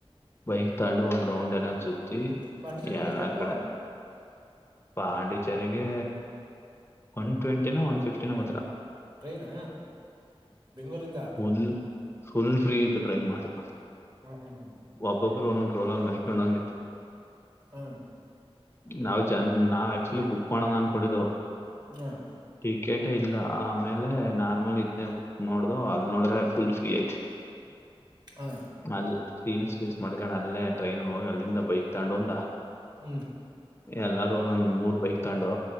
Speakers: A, on the left; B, on the right.
A: ಬೈಕ್ ತಾಂಡು ಹೋೊಂಡ ರ್ರೌಂಡ್ ಎಲ್ಲ ಸುುತ್ತಿ
B: ಪಾಂಡಿಚೇರಿಗೆ
A: ಯಲ್ಲ
B: ಎಷ್ಟಾಯ್ತು
A: ಆ ಕಡೆ ಪಾಂಡಚರ್ರಿಗೆ ಒನ್ ಟ್ವೆಂಟಿನ ಒನ್ ಫಿಫ್ಟಿ ದಿನವತ್ತರ
B: ಟ್ರೈನಾ ಬೆಂಗಗಳೂರಿಂದ
A: ಫುಲ್ ಫುಲ್ ಫ್ರೀ ಇಐತ್ತು ಟ್ರೈನ್ ಮಾತ್ರ
B: ಹ ಹ್ಮ ಹ್ಮ
A: ಒಬ್ಬೊಬ್ರು ಒನೊಂದು ರೋಲಲ್ಲಿ ಮರಿಿಕೊಂಡಂಗಿತ್ತು
B: ಹಾ
A: ನಾವು ಜ ನಾವು ಆಕ್ಚ ಗುಪ್ ಮಾಡಣ ಅನ್ಕೊಂಡಿದ್ದು
B: ಹ್ಮ್
A: ಟಿಕೆಟೇ ಇಲ್ಲ ಆಮೇಲೆ ನಾರ್ಮಲ್ ಇದೆ ಬುಕ್ ನೋಡ್ದ ಅಲ್ಲಿ ನೋಡ್ರೆ ಫುಲ್ ಫ್ರೀ ಐತಿ
B: ಹ್ಮ್ ಹಾ
A: ಅಲ್ಲಿ ರೀಲ್ಸ್ ಗೀಲ್ಸ್ ಮಾಡ್ಕಂಡ್ ಅಲ್ಲೇ ಅಟ್ ಟ್ರೈನ್ ಗ್ ಹೋಗಿ ಅಲ್ಲಿಂದ ಬೈಕ್ ತಗೊಂಡು ಒಂದ
B: ಹ್ಮ್
A: ಎಲ್ಲಾರೂ ಒಂದೊಂದ್ ಮೂರ್ ಬೈಕ್ ತಗೊಂಡು